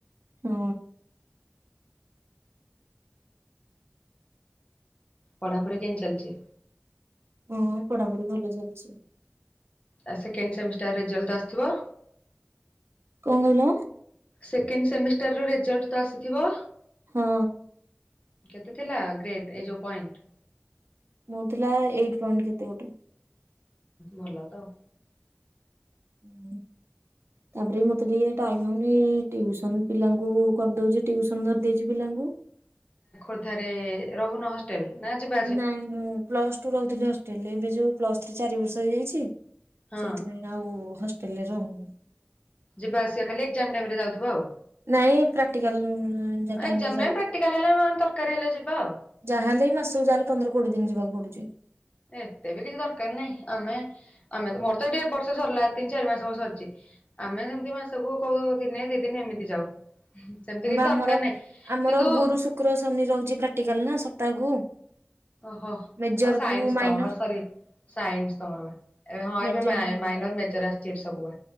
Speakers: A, on the right (about 80°); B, on the left (about 30°).
A: ହୁଁ।
B: ପଢ଼ାପଢ଼ି କେମିତି ଚାଲିଛି?
A: ହୁଁ, ପଢାପଢି ଭଲ ଚାଲିଛି।
B: ଆ, ସେକଣ୍ଡ ସେମିଷ୍ଟାରରେ ରେଜଲ୍ଟ ଆସଥିବ।
A: କଣ କହିଲ?
B: ସେକେଣ୍ଡ ସେମିଷ୍ଟାର ରେଜଲ୍ଟ ତ ଆସିଥିବ?
A: ହଁ।
B: କେତେ ଥିଲା ଗ୍ରେଡ, ଏଇ ଯୋଉ ପଏଣ୍ଟ?
A: ମୋ ଥିଲା ଏଇଟ ପଏଣ୍ଟ କେତେ ଗୋଟେ।
B: ଭଲ ତ।
A: <inaudible> ତାପରେ ବି ମତେ ଟିକେ ଟାଇମ ହଉନି। ଟିଉସନ ପିଲାଙ୍କୁ କରିଦଉଛି, ଟିଉସନ ଧରିଦେଇଛି ପିଲାଙ୍କୁ।
B: ଖୋର୍ଦ୍ଧାରେ ରହୁନ ହ <unintelligible>
A: ନାଇଁ, ମୁଁ ପ୍ଲସ ଟୁ ରହୁଥିଲି ହଷ୍ଟେଲରେ। ଏବେ ଯୋଉ ପ୍ଲସ ଥ୍ରୀ, ଚାରି ବର୍ଷ ହେଇଯାଇଛି।
B: ହଁ
A: ସେଇଥିପାଇଁ ଆଉ ହଷ୍ଟେଲ ରେ ରହୁନି।
B: ଯିବା ଆସିବା ଖାଲି ଏକ୍ଜାମ ଟାଇମ ରେ ଯାଉଥିବ, ଆଉ।
A: ନାଇଁ, ପ୍ରାକ୍ଟିକାଲ ଟାଇମରେ
B: ଏକ୍ଜାମ ଟା ପ୍ରାକ୍ଟିକାଲ ହେଲେ ଦରକାର ହେଲେ ଯିବା ଆଉ।
A: ଯାହା ହେଲେ ବି, ମାସକୁ ଯାହେଲେ ପନ୍ଦର କୋଡ଼ିଏ ଦିନ ଯିବାକୁ ପଡୁଛି।
B: ଏତେ ବି କିଛି ଦରକାର ନାହିଁ। ଆମେ ଆମେ ତ ମୋର ତ ଏଇଠି ବର୍ଷ ସରିଲା, ତିନି ଚାରି ମାସ ହବ ସରିଛି। ଆମେ ସେମତି ମାସକୁ କୋଉ ଦିନ ଦି ଦିନ ଏମିତି ଯାଉ। ସେମିତି
A: ବା
B: କିଛି
A: ଆମର
B: ଦରକାର ନାହିଁ
A: ଆମର
B: କିନ୍ତୁ
A: ଗୁରୁ ଶୁକ୍ର, ଶନି ରହୁଛି ପ୍ରାକ୍ଟିକାଲ ନା? ସପ୍ତାହକୁ?
B: ଓହୋ,
A: ମେଜର
B: ସାଇନ୍ସ
A: କୁ ମାଇନର।
B: ତ! ହଁ ସରି। ସାଇନ୍ସ ତମର ଏବେ, ହଁ?
A: ମେଜର
B: ଏବେ ମାଇନର, ମେଜର ଆସିଛି, ଏବେ ସବୁ ବା?